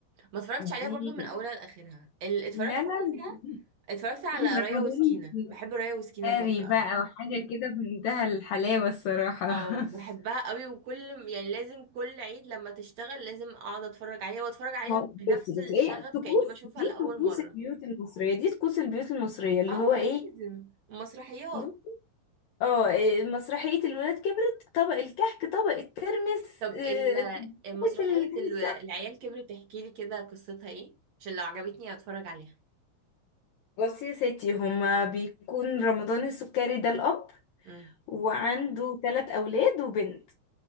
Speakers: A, on the right; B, on the left.
A: ما اتفرجتش عليها
B: دي
A: برضو من اولها لاخرها اللي اتفرجت
B: لا لا
A: عليها
B: <clears throat>
A: اتفرجت على
B: <laughs> رمضان
A: رايا وسكينة بحب رايا وسكينة
B: سهري
A: برضو قوي
B: بقى وحاجة كده في منتهى الحلاوة الصراحة
A: اه بحبها
B: <laughs>
A: قوي وكل يعني لازم كل عيد لما تشتغل لازم اقعد اتفرج عليها واتفرج عليها
B: ما هو-
A: بنفس
B: بس بس
A: الشغف
B: ايه طقوس
A: كأني بشوفها
B: دي
A: لأول
B: طقوس
A: مرة
B: البيوت المصرية دي طقوس البيوت المصرية اللي
A: اه
B: هو ايه
A: لازم مسرحيات
B: ب- اه إيه، مسرحية الولاد كبرت طبق الكحك طبق الترمس
A: طب
B: إيه،
A: ال- مسرحية
B: طبق الحاجة
A: ال-
B: الساعة
A: العيال كبرت تحكي لي كده قصتها ايه عشان لو عجبتني اتفرج عليها
B: بصي يا ستي هما بيكون رمضان السكري ده الأب
A: امم
B: وعنده ثلاث أولاد وبنت